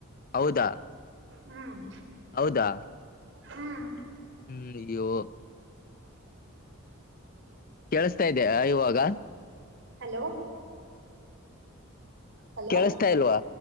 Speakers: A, on the left; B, on the right.
A: ಹೌದಾ
B: ಹ್ಮ್
A: ಹೌದಾ
B: ಹ್ಮ
A: ಹ್ಮ್ ಅಯ್ಯೋ ಕೇಳಸ್ತಾ ಇದ್ದೆಯ ಇವಾಗ
B: ಹಲೋ ಹಲೋ
A: ಕೇಳಸ್ತಾ ಇಲ್ವಾ